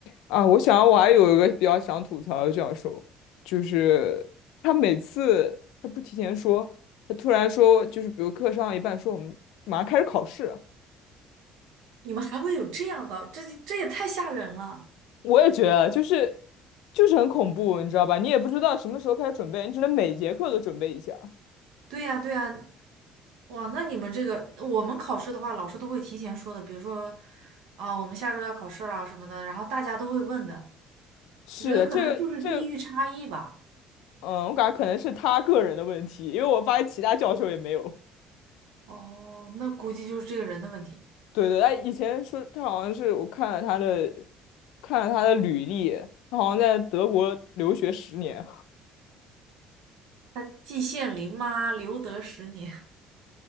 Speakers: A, on the left; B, on the right.
A: 啊，我想我还有一个比较想吐槽的教授，就是他每次他不提前说，他突然说，就是比如课上到一半说我们马上开始考试，
B: 你们还会有这样的？这这也太吓人了。
A: 我也觉得就是就是很恐怖，你知道吧？你也不知道什么时候开始准备，你只能每节课都准备一下。
B: 对呀，对呀，哇，那你们这个，我们考试的话，老师都会提前说的，比如说，啊，我们下周要考试了什么的，然后大家都会问的。
A: 是的，
B: 我觉得可能就是地域差异吧。
A: 这个这个，嗯，我感觉可能是他个人的问题，因为我发现其他教授也没有。
B: 哦，那估计就是这个人的问题，
A: 对对，他以前说他好像是我看了他的，看了他的履历，他好像在德国留学十年，
B: 他季羡林吗？留得十年。